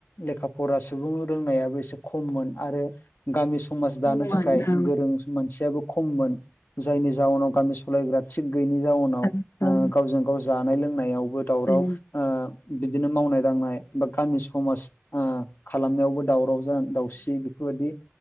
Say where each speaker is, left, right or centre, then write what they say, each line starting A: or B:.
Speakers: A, on the left; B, on the left.
A: लेखा फरा सुबुं रोंनायाबो एसे खममोन आरो गामि समाज
B: खममोन
A: दानो थाख
B: औ
A: जों मानसियाबो खममोन जायनि जाउनाव गामि सालायग्रा थिग गैयैनि जाउनाव,
B: नंगौ
A: ओ गावजों गाव जानाय लोंनायावबो दावराव,
B: नोंथां
A: ओ बिदिनो मावनाय दांनाय बा गामि समाज ओ खालामनायावबो दावराव। जान दाउसि बेफोरबायदि